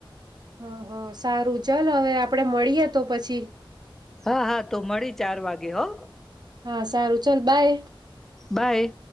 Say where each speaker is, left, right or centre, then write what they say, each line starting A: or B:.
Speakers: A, on the right (about 50°); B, in the centre.
A: હ હ સારું ચલ હવે આપડે મળીએ તો પછી
B: હા હા તો મળી જ ચાર વાગે હો.
A: હા સારું છે બાય.
B: બાય